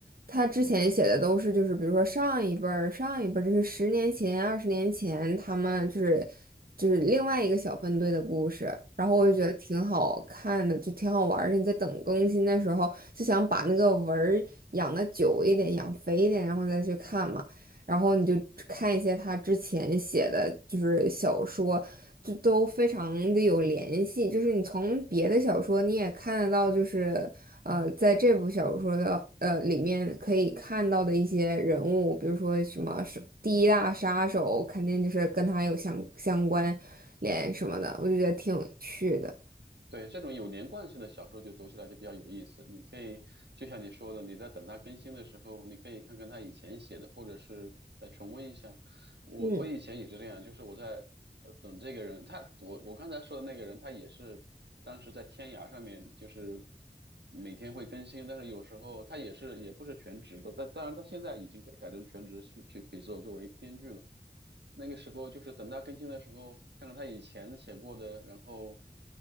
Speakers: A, on the right; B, on the right.
A: 他之前写的都是就是比如说上一辈儿、上一辈儿，就是十年前、二十年前他们就是就是另外一个小分队的故事，然后我就觉得挺好看的，就挺好玩儿的。你在等更新的时候，就想把那个文儿养的久一点、养肥一点，然后再去看嘛。然后你就看一些他之前写的，就是小说，就都非常的有联系。就是你从别的小说你也看得到，就是呃，在这部小说的呃里面可以看到的一些人物，比如说什么是第一大杀手，肯定就是跟他有相相关联什么的，我就觉得挺有趣的。
B: 对，这种有连贯性的小说就读起来就比较有意思。你可以就像你说的，你在等它更新的时候，你可以看看他以前写的，或者是再重温一下。我我以前也是这样，
A: 嗯
B: 就是我在呃等这个人，他我我刚才说的那个人，他也是当时在天涯上面，就是每天会更新，但是有时候他也是也不是全职的，但当然他现在已经改改成全职去去写作作为编剧了。那个时候就是等他更新的时候，看看他以前写过的，然后